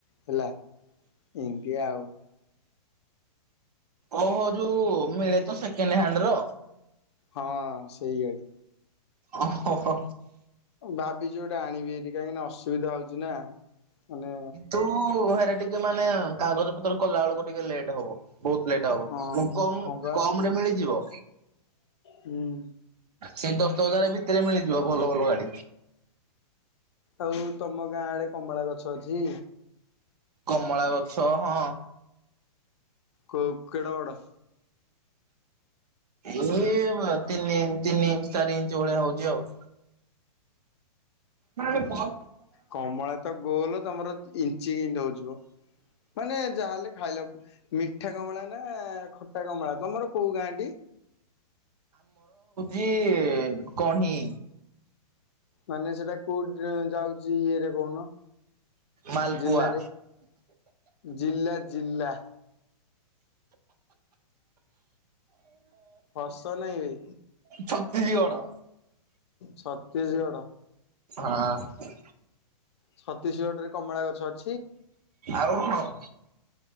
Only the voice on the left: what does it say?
ହେଲା ଏନ୍ତିଆ ଆଉ।
ହଁ ସେଇ ଗାଡି।
ଭାବିଛି ଗୋଟେ ଆଣିବି ହାରି କାହିଁକିନା ଅସୁବିଧା ହଉଛି ନା। ମାନେ
ହଁ
ହଁ ବା
ହୁଁ
ଆଉ ତମ ଗାଁ ଆଡେ କମଳା ଗଛ ଅଛି।
କୋଉ କେଡ଼େ ବଡ।
କମଳା ତ ଗୋଲ ତମର ଇଞ୍ଚି କିଁତି ହଉଚିମ। ମାନେ ଯାହା ହେଲେ ଖାଇଲା ମିଠା କମଳା ନା ଖଟା କମଳା। ତମର କୋଉ ଗାଁ ଟି।
ମାନେ ସେଟା କୋଉଠି ଯାଉଛି ଇଏରେ କହୁନ।
ଜିଲ୍ଲାରେ? ଜିଲ୍ଲା ଜିଲ୍ଲା। ହସ ନାଇଁ ବେ।
ଛତିଶଗଡ।
ଛତିସି ଗଡ ରେ କମଳା ଗଛ ଅଛ